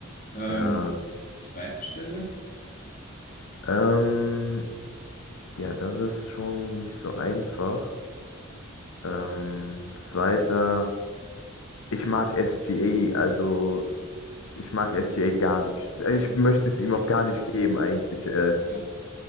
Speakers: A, on the left; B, on the left.
A: Ähm,
B: ja,
A: zweite Stelle?
B: ähm, ja, das ist schon nicht so einfach. Ähm, zweiter, ich mag SGA, also ich mag SGA gar nicht. Äh, Ich möchte es ihm auch gar nicht geben eigentlich. Äh,
A: Ja,